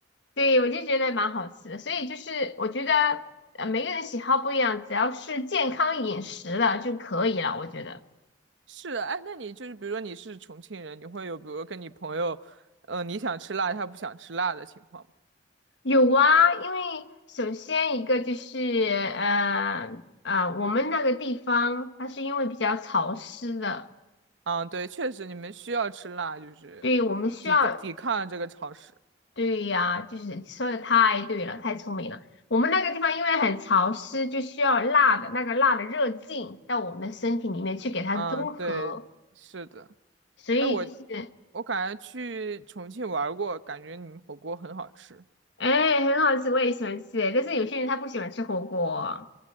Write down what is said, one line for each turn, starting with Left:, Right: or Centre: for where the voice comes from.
Left: 对，我就觉得蛮好吃的，所以就是我觉得呃每个人喜好不一样，只要是健康饮食了就可以了，我觉得
Right: 是的，哎，那你就是比如说你是重庆人，你会有比如说跟你朋友，呃，你想吃辣，他不想吃辣的情况吗？
Left: 有啊，因为首先一个就是呃呃，我们那个地方它是因为比较潮湿的。
Right: 啊，对，确实你们需要吃辣，就是
Left: 对，我们需要
Right: 抵抗抵抗这个潮湿。
Left: 对呀，就是你说的太对了，太聪明了。我们那个地方因为很潮湿，就需要辣的那个辣的热劲到我们的身体里面去给它中和，
Right: 嗯，对，是的。
Left: 所以就是，
Right: 哎，我我感觉去重庆玩儿过，感觉你们火锅很好吃
Left: 哎，很好吃，我也喜欢吃。但是有些人他不喜欢吃火锅，